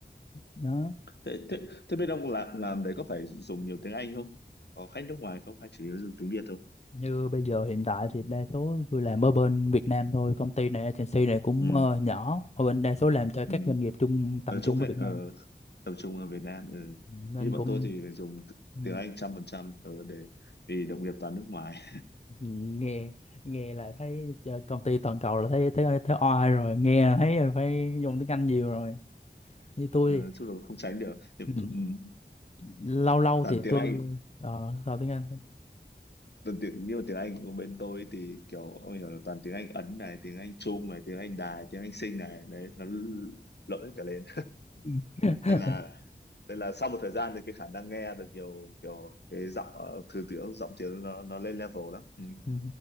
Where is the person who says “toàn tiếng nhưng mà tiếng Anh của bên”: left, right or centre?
Left